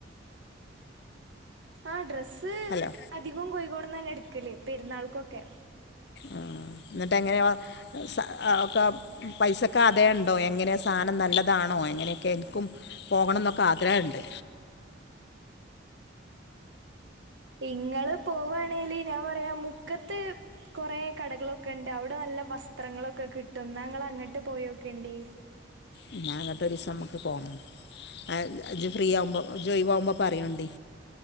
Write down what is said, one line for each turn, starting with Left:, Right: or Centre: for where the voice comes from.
Right: ആ ഡ്രസ്സ്
Left: ഹലോ
Right: അധികം കോയിക്കോട്ന്നെന്നേ എട്ക്കല് പെരുന്നാൾക്കൊക്കെ.
Left: ആ ന്ന്ട്ടെങ്ങനെ വ സ ഒക്കപ്. പൈസക്കാതേയണ്ടോ. എങ്ങനെ സാനം നല്ലതാണോ. എങ്ങനെക്കെ ൻക്കും. പോകണന്നൊക്കെ ആഗ്രഹണ്ട്.
Right: ഇങ്ങള് പോവാണെങ്കില് ഞാ പറയാ മുക്കത്ത്. കൊറേ കടകളൊക്കെണ്ട് അവ്ടെ നല്ല വസ്ത്രങ്ങളൊക്കെ കിട്ടും. ന്നാ ങ്ങള് അങ്ങെട്ട് പോയേക്കെണ്ടി.
Left: ന്നാ അങ്ങെട്ട് ഒരീസം നമ്മക്ക് പോണം. ആ ജ് ഫ്രീ ആവുമ്പോ ജൊയ് വാവുമ്പൊ പറയോണ്ടി